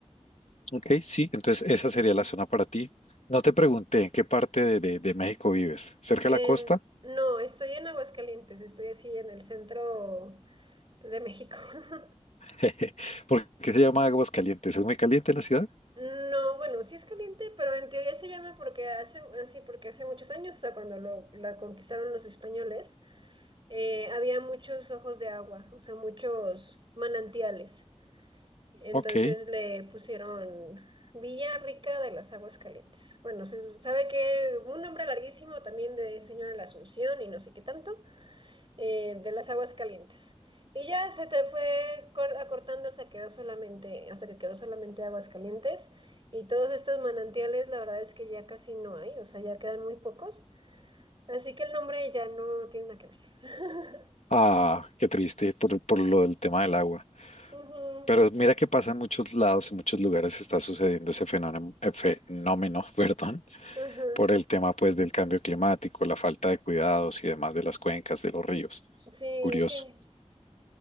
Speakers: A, on the left; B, on the right.
A: Ok, sí, entonces esa sería la zona para ti. No te pregunté en qué parte de, de- de México vives. ¿Cerca
B: En,
A: de la costa?
B: no, estoy en Aguascalientes, estoy así en el centro de México. <laughs>
A: <laughs> ¿Por qué se llama Aguascalientes? ¿Es muy caliente la ciudad?
B: No, bueno, sí es caliente, pero en teoría se llama porque hace, así porque hace muchos años, o sea, cuando lo, la conquistaron los españoles, eh, había muchos ojos de agua, o sea, muchos manantiales. Entonces
A: Ok.
B: le pusieron Villa Rica de las Aguas Calientes. Bueno, se sabe que un nombre larguísimo también de Señora de la Asunción y no sé qué tanto, eh, de las Aguas Calientes. Y ya se te fue cor- acortando hasta quedó solamente, hasta que quedó solamente Aguas Calientes. Y todos estos manantiales, la verdad es que ya casi no hay, o sea, ya quedan muy pocos. Así que el nombre ya no tiene nada que ver. <laughs>
A: Ah, qué triste por, por lo del tema del agua.
B: Ujú,
A: Pero mira que pasa en muchos lados, en muchos lugares está sucediendo ese fenómeno, eh, fenómeno, <laughs> perdón,
B: ujú.
A: por el tema pues del cambio climático, la falta de cuidados y demás de las cuencas, de los ríos.
B: Sí,
A: Curioso.
B: sí,